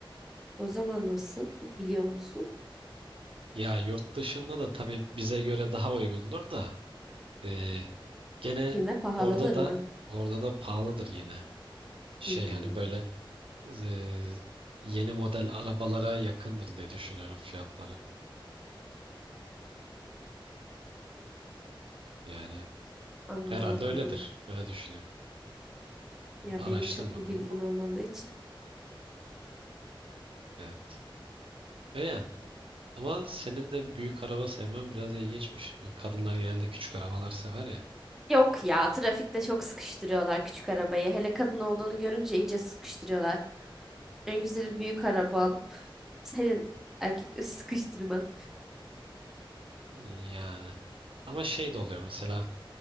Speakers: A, in the centre; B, on the right (about 75°).
A: O zaman nasıl biliyor musun?
B: Ya yurt dışında da tabii bize göre daha uygundur da e, gene
A: Yine pahalıdır
B: orada da
A: mı?
B: orada da pahalıdır yine. Şey
A: Hmm,
B: hani böyle e, yeni model arabalara yakındır diye düşünüyorum fiyatları. Yani
A: anladım
B: herhalde
A: anladım.
B: öyledir. Öyle düşünüyorum.
A: Ya
B: Araştırmadım
A: benim çok bir bilgim
B: ama
A: olmadığı için.
B: evet. Öyle yani. Ama senin de büyük araba sevmen biraz ilginçmiş. E, Kadınlar genelde küçük arabalar sever ya.
A: Yok ya trafikte çok sıkıştırıyorlar küçük arabayı. Hele kadın olduğunu görünce iyice sıkıştırıyorlar. En güzeli büyük araba alıp senin erkekleri <laughs> sıkıştırman.
B: E, Yani. Ama şey de oluyor mesela.